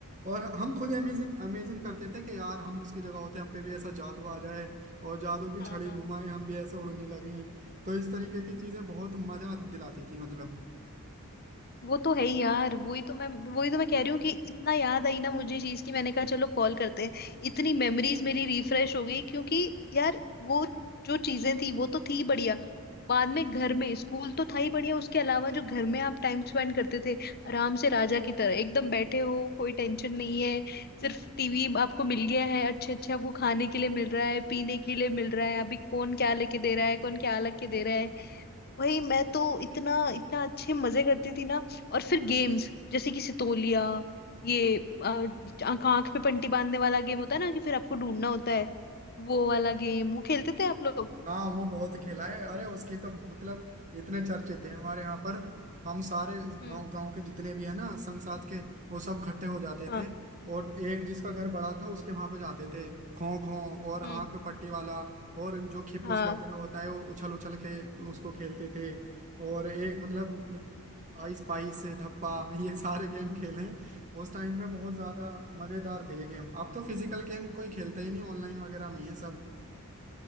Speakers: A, on the right (about 35°); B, on the left (about 45°).
A: और हम खुद अमेजिंग अमेजिंग करते थे कि यार हम उसकी जगह होते हम पे भी ऐसा जादू आ जाए और जादू की
B: हाँ
A: छड़ी घुमाए हम भी ऐसे उड़ने लगे तो इस तरीके की चीजें बहुत मजा दिलाती थी मतलब
B: वो तो है ही यार वही तो मैं वही तो मैं कह रही हूँ कि इतना याद आई ना मुझे चीज की मैंने कहा चलो कॉल करते हैं इतनी मेमोरीज मेरी रिफ्रेश हो गई क्योंकि यार वो जो चीजें थी वो तो थी बढ़िया बाद में घर में स्कूल तो था ही बढ़िया उसके अलावा जो घर में आप टाइम स्पेंड करते थे आराम से राजा की तरह एकदम बैठे हो कोई टेंशन नहीं है सिर्फ टीवी आपको मिल गया है अच्छे अच्छे आपको खाने के लिए मिल रहा है पीने के लिए मिल रहा है अभी कौन क्या लेके दे रहा है कौन क्या लेके दे रहा है वही मैं तो इतना इतना अच्छे मजे करती थी ना और फिर गेम्स जैसे कि सितोलिया ये आंख आंख पे पट्टी बांधने वाला गेम होता है ना कि फिर आपको ढूंढना होता है वो वाला गेम वो खेलते थे आप लोग
A: हाँ वो बहुत खेला है अरे उसके तो मतलब इतने चर्चे थे हमारे यहाँ पर हम सारे
B: हम्म
A: गांव गांव के जितने भी है ना संग साथ के वो सब इकट्ठे हो जाते
B: हाँ
A: थे और एक जिसका घर बड़ा था उसके वहां पे जाते थे खो खो और आंख
B: हम्म
A: पे पट्टी वाला और जो खिपुस
B: हाँ
A: वगैरह होता है वो उछल उछल के उसको खेलते थे और एक मतलब आइस पाइस धप्पा ये सारे गेम खेले हैं उस टाइम में बहुत ज्यादा मजेदार थे ये गेम अब तो फिजिकल गेम कोई खेलता ही नहीं ऑनलाइन वगैरह में ये सब